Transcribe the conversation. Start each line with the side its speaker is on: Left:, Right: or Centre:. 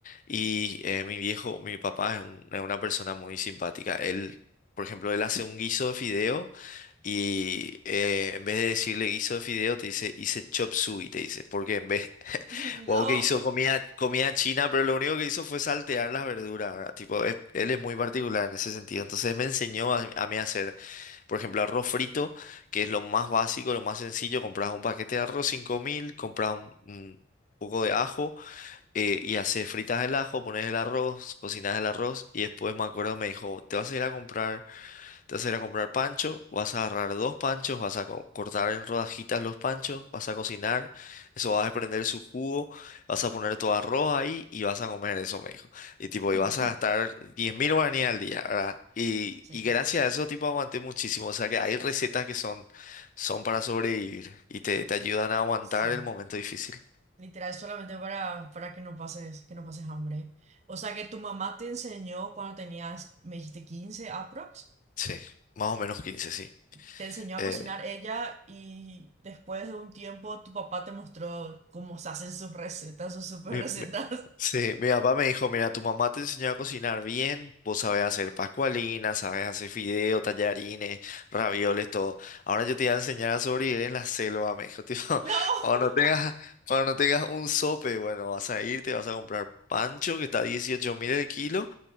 Left: y eh, mi viejo, mi papá es un- es una persona muy simpática. Él, por ejemplo, él hace un guiso de fideo y eh, en vez de decirle guiso de fideo te dice hice chop suey, te dice, porque en vez,
Right: No.
Left: wow, que hizo comida, comida china, pero lo único que hizo fue saltear las verduras, ¿verdad? Tipo, es- él es muy particular en ese sentido. Entonces me enseñó a, a mí a hacer por ejemplo, arroz frito, que es lo más básico, lo más sencillo, compras un paquete de arroz 5000, compras un, un poco de ajo eh, y haces fritas el ajo, pones el arroz, cocinas el arroz y después me acuerdo me dijo, te vas a ir a comprar te vas a ir a comprar pancho, vas a agarrar dos panchos, vas a co- cortar en rodajitas los panchos, vas a cocinar, eso vas a prender su jugo, vas a poner tu arroz ahí y vas a comer eso, me dijo. Y tipo,
Right: Ujú.
Left: y vas a gastar 10 mil guaraníes al día, ¿verdad? Y,
Right: Sí,
Left: y gracias a eso, tipo, aguanté muchísimo. O sea que hay recetas que son, son para sobrevivir y te, te ayudan a aguantar
Right: sí.
Left: el momento difícil.
Right: Literal, solamente para, para que no pases, que no pases hambre. O sea que tu mamá te enseñó cuando tenías, me dijiste 15 aprox,
Left: Sí, más o menos 15, sí.
Right: te enseñó
Left: Eh,
Right: a cocinar ella y después de un tiempo tu papá te mostró cómo se hacen sus recetas, sus super
Left: mi-
Right: recetas.
Left: Sí, mi papá me dijo, mira, tu mamá te enseñó a cocinar bien, vos sabés hacer pascualinas, sabés hacer fideos, tallarines, ravioles, todo. Ahora yo te voy a enseñar a sobrevivir en la selva, me dijo, tipo,
Right: <laughs> No,
Left: <laughs> cuando no tengas, cuando no tengas un sope, bueno, vas a irte, vas a comprar pancho, que está a 18 mil el kilo,